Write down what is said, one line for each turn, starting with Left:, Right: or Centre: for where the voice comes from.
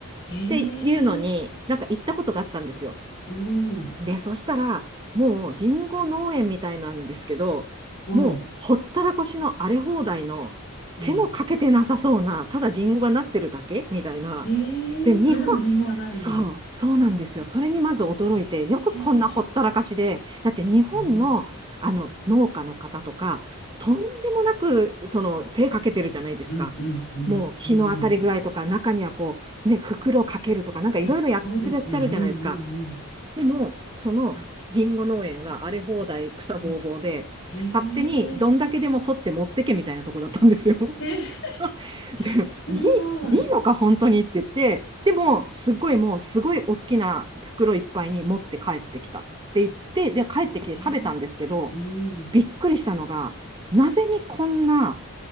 Left: え、え
Right: っていうのに、
Left: え。ええ。
Right: なんか行ったことがあったんですよ。
Left: うん。
Right: で、そしたら、もうリンゴ農園みたいなんですけど、
Left: はい。
Right: もうほったらかしの荒れ放題の、
Left: ええ。
Right: 手もかけてなさそうな、ただリンゴがなってるだけみたいな。
Left: ええそれでもリンゴがなるんだ。
Right: で、日本、そう、そうなんですよ。それにまず驚いて、
Left: ええ
Right: よくこんなほったらかしで、だって日本の、
Left: うん、
Right: あの農家の方とか、とんでもなくその手かけてるじゃないですか。
Left: うんうんうん。
Right: もう日の当たり具合とか、
Left: そのイメージあります。
Right: 中にはこう、ね、袋かけるとか、なんかいろいろやってらっしゃるじゃないですか。
Left: いや、そうですよ。うんうんうん。
Right: でも、そのリンゴ農園は荒れ放題草ぼうぼうで、
Left: ええ
Right: 勝手にどんだけでも取って持ってけみたいなとこだったんですよ。
Left: え、
Right: <laughs> で、
Left: すごい。
Right: いい、いいのか本当にって言って、
Left: え
Right: でも、すごいもう、すごい大きな袋いっぱいに持って帰ってきたって言って、で、帰ってきて食べたんですけど、
Left: えうん。
Right: びっくりしたのが、なぜにこんな